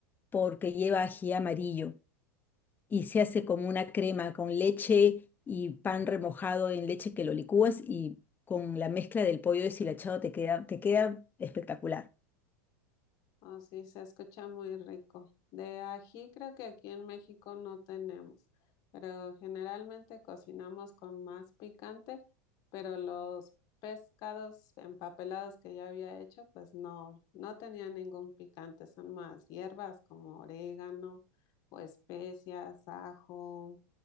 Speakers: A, on the left; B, on the left.
A: porque lleva ají amarillo. y se hace como una crema con leche y pan remojado en leche que lo licúas y con la mezcla del pollo deshilachado te queda, te queda espectacular.
B: Oh, sí, se escucha muy rico. De ají creo que aquí en México no tenemos, pero generalmente cocinamos con más picante, pero los pescados empapelados que yo había hecho, pues no, no tenían ningún picante, son más hierbas como orégano o especias, ajo